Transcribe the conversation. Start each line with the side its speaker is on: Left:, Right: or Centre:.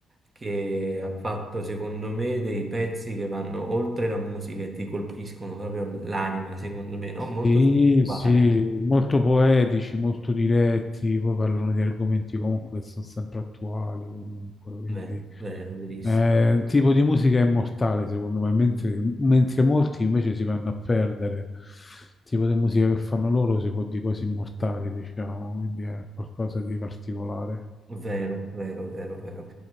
Right: che ha fatto, secondo me, dei pezzi che vanno oltre la musica e ti colpiscono proprio l'anima, secondo me, no? Molto
Left: Sì,
Right: spirituale.
Left: sì, molto poetici, molto diretti, poi parlano di argomenti comunque che sono sempre attuali, comunque, quindi
Right: Vero, vero, verissimo.
Left: È un tipo di musica immortale, secondo me, mentre, mentre molti invece si vanno a perdere. Il tipo di musica che fanno loro si può dire quasi immortale, diciamo, quindi è qualcosa di particolare.
Right: Vero, vero, vero, vero.